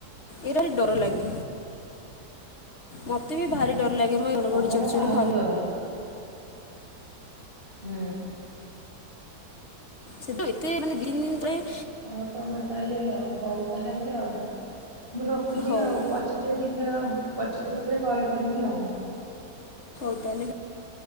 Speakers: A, on the left; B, on the right.
A: ଏଇଟା ଡର ଲାଗେ ମୋତେ ବି ଭାରି ଡର ଲାଗେ ଘଡ଼ଘଡ଼ି
B: ପବନ
A: ଚଡଚଡ଼ି
B: ତ ଆହୁରି ଡର ହୁଁ।
A: ସେଠୁ ଏତେ ମାନେ ଦିନ ଦିନ ପାଇଁ
B: ହଁ ତମେ ତାହେଲେ ଆଉ ହଉ ତାହେଲେ ଆଉ ମୁଁ ରଖୁଛି
A: ହଉ
B: ଆଉ ପଛରେ ଟିକେ ଆଉ ପଛରେ କେତେବେଳେ କଲ କରିମି ଆଉ।
A: <unintelligible>